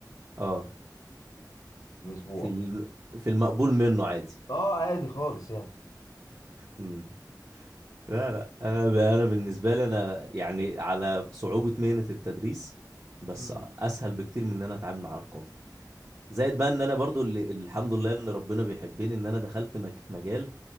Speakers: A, on the right; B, on the left.
A: اه
B: في الأسبوع
A: في الم... في المقبول منه عادي
B: اه عادي خالص يعني
A: امم لا لا انا انا بالنسبه لي انا يعني على صعوبه مهنه التدريس بس
B: امم
A: اسهل بكتير من ان انا اتعامل مع ارقام زائد بقى ان انا برضو اللي الحمد لله ان ربنا بيحبني ان انا دخلت مج- مجال